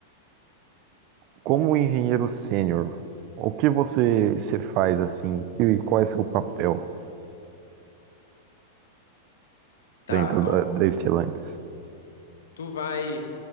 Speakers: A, on the right (about 45°); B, on the left (about 85°).
A: Como engenheiro sênior, o que você, você faz assim? Que, qual é seu papel?
B: Tá,
A: dentro
B: ó.
A: da, da Stellantis.
B: Tu vai